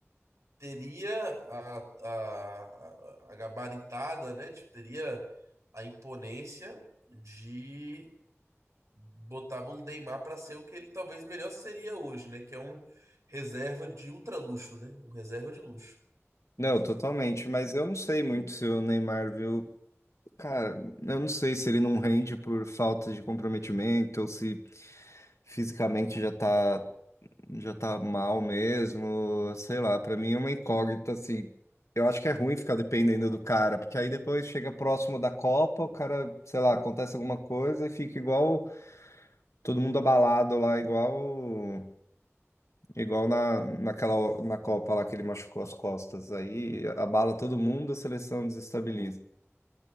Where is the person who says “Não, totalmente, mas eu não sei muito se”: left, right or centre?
Left